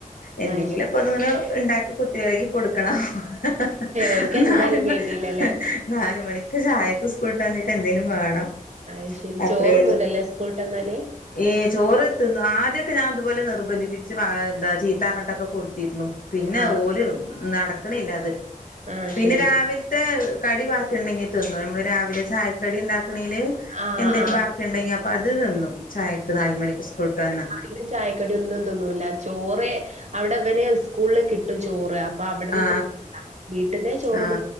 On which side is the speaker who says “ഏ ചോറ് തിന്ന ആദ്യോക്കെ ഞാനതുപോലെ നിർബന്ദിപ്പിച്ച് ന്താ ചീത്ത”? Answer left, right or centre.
Left